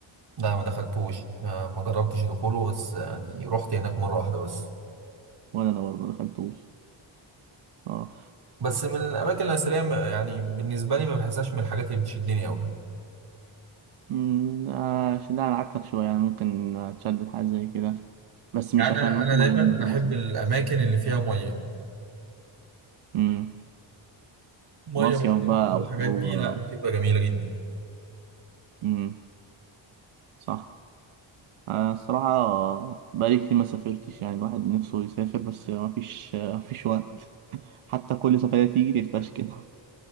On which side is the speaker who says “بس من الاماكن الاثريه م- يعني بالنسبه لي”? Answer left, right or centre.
Right